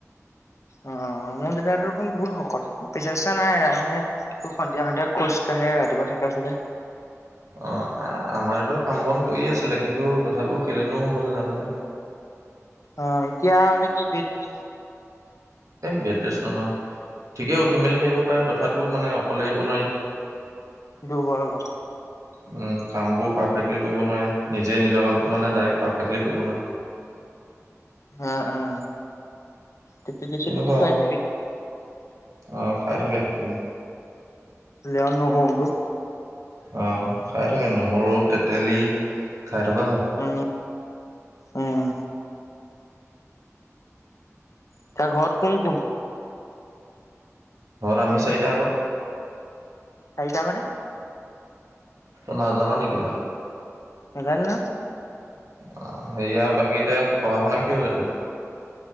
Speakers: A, on the left; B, on the right.
A: অ মোৰ দেউতা দেখোন বহুত শকত পেচা চেচা নাই মানে তোৰ সন্ধিয়া সন্ধিয়া খোজ কাঢ়ে ৰাতিপুৱা চাইকেল চলাই।
B: অ আমাৰতো কাম বন কৰিয়ে আছিলে কিন্তু তথাপিও কেলেনো হ'ল জানো পাই?
A: অ এতিয়া মানে কি বেদ ৰেষ্ট।
B: বেড ৰেষ্ট নহয় ঠিকেই উঠি মেলি থাকিব পাৰে তথাপিও মানে অকলে এৰি নোৱাৰি ।
A: দুৰ্বল অলপ
B: উম কাম বোৰ পাৰফেক্টলি কৰিব নোৱাৰে । নিজে নিজ নিজৰ কামটো মানে দাইৰেক্ট পাৰফেক্টলি কৰিব ন
A: আহ আহ তেতেলী
B: তেনেকুৱা
A: চেতেলী খোৱাই
B: আৰু
A: থাকিবি,
B: অ খাই থাকা তেতিয়া লে
A: লোৱা নহল তো
B: অ খাই থাকে নহৰু তেতেলী খাই থকা হয়
A: উম, উম, এতিয়া ঘৰত কোন কোন
B: ঘৰত আমি চাৰিটা ক
A: চাৰিটা মানে
B: তই নাজান নে কিবা
A: নেজানো নয়
B: অ সেয়া বাকী এতিয়া পঢ়া শুনা কি হব তোৰ